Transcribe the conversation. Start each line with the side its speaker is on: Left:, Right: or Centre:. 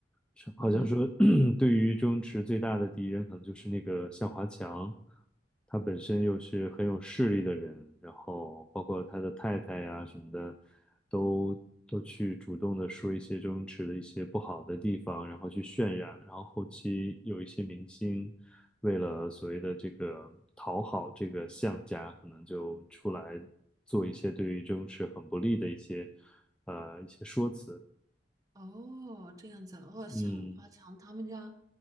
Centre: 是好像说
Right: 嗯。
Centre: <clears throat> 对于周星驰最大的敌人可能就是那个向华强，他本身又是很有势力的人，然后包括他的太太呀什么的，都都去主动的说一些周星驰的一些不好的地方，然后去渲染，然后后期有一些明星。为了所谓的这个讨好这个项家，可能就出来做一些对于周星驰很不利的一些呃一些说辞。
Right: 哦，这样子哦，
Centre: 嗯，
Right: 向华强他们家，